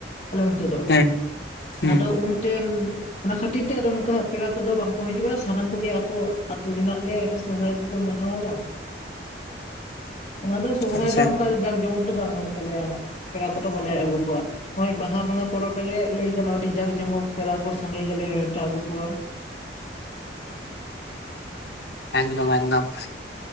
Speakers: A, on the left; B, on the left.
A: ᱟᱞᱮ ᱚᱱᱛᱮ ᱫᱚ,
B: ᱦᱮᱸ ᱦᱩᱸ
A: ᱟᱫᱚ ᱩᱱᱴᱮᱱ ᱚᱱᱟ ᱠᱷᱟᱹᱴᱤᱨ ᱛᱮ ᱟᱫᱚ ᱱᱚᱝᱠᱟ ᱦᱟᱸᱜ ᱯᱮᱲᱟ ᱠᱚ ᱠᱚᱫᱚ ᱵᱟᱝᱠᱚ ᱦᱤᱡᱩᱜ-ᱟ, ᱥᱟᱱᱟᱢ ᱠᱚ ᱜᱮ ᱟᱛᱩ ᱨᱮᱱᱟᱜ ᱜᱮ ᱥᱚᱨᱦᱟᱭ ᱠᱚᱠᱚ ᱢᱟᱱᱟᱣᱟ ᱵᱟᱝ᱾
B: <inaudible>
A: ᱚᱱᱟ ᱫᱚ ᱥᱚᱲᱦᱟᱭ
B: ᱟᱪᱪᱷᱟ
A: ᱰᱚ
B: ᱮᱠᱫᱚᱢ
A: ᱚᱱᱠᱟ ᱡᱟᱸᱠ ᱡᱚᱢᱚᱠ ᱫᱚ ᱵᱟᱝ ᱦᱩᱭᱩᱜ ᱛᱟᱞᱮᱭᱟ ᱦᱟᱸᱜ, ᱯᱮᱲᱟ ᱠᱚᱫᱚ ᱵᱟᱞᱮ ᱟᱹᱜᱩ ᱠᱚᱣᱟ᱾ ᱱᱚᱜ-ᱚᱭ ᱵᱟᱦᱟ ᱵᱚᱸᱜᱟ ᱯᱚᱨᱚᱵᱽ ᱨᱮᱜᱮ ᱞᱟᱹᱭ ᱜᱟᱱᱚᱜ-ᱟ ᱟᱹᱰᱤ ᱡᱟᱸᱠ ᱡᱚᱢᱚᱠ ᱯᱮᱲᱟ ᱠᱚ ᱥᱟᱸᱜᱮ ᱜᱮᱞᱮ ᱱᱮᱣᱴᱟ ᱟᱹᱜᱩ ᱠᱚᱣᱟ᱾
B: ᱮᱠᱫᱚᱢ ᱮᱠᱫᱚᱢ